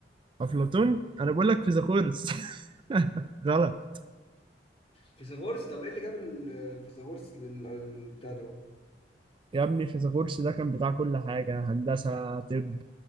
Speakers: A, on the right; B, on the left.
A: أفلاطون أنا بقول لك فيثاغورس <laughs> غلط
B: فيثاغورس طب ايه اللي جاب ال- فيثاغورس لل- البتاع ده
A: يا ابني فيثاغورس ده كان بتاع كل حاجة هندسة طب